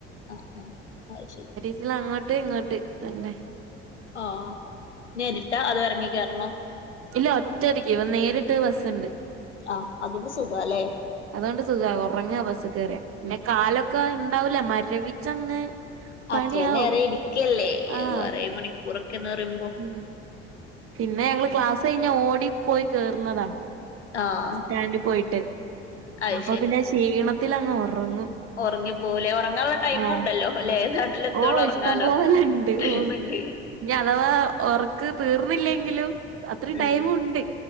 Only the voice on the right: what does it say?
സിയിൽ അങ്ങോട്ട് ഇങ്ങോട്ട് തന്നെ
ഇല്ല ഒറ്റടിക്ക് ഇ നേരിട്ട് ബസ്സുണ്ട്
അതുകൊണ്ട് സുഖ ഉറങ്ങ ബസ് കേറ പിന്നെ കാലൊക്കെ ഉണ്ടാവൂല മരവിച്ചങ്ങ്
പണിയാവും
ആഹ്
ഉം പിന്നെ ഞങ്ങള്ൾ ക്ലാസ്സ് കഴിഞ്ഞ ഓടിപ്പോയി കേയറുന്നതാ
സ്റ്റാൻഡിൽ പോയിട്ട്
അപ്പൊ പിന്നെ ക്ഷീണത്തി അങ്ങ് ഉറങ്ങും
ആഹ്
ഓ
ഇഷ്ടം പോലെണ്ട്
ഓ ഇനി അഥവാ ഉറക്ക് തീർന്നില്ലെങ്കിലും അത്രയും
ടൈമുണ്ട്